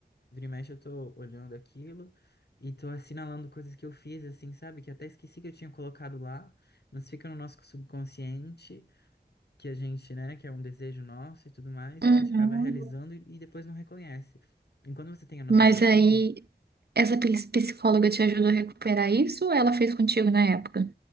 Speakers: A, on the left; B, on the right.
A: vira e mexe, eu tô olhando aquilo e tô assinalando coisas que eu fiz, assim, sabe? Que até esqueci que eu tinha colocado lá, mas fica no nosso subconsciente que a gente, né, que é um desejo nosso e tudo mais,
B: Uhum.
A: e a gente acaba realizando e, e depois não reconhece. Enquanto você tem anotado
B: Mas
A: assim,
B: aí, essa pis- psicóloga te ajudou a recuperar isso ou ela fez contigo na época?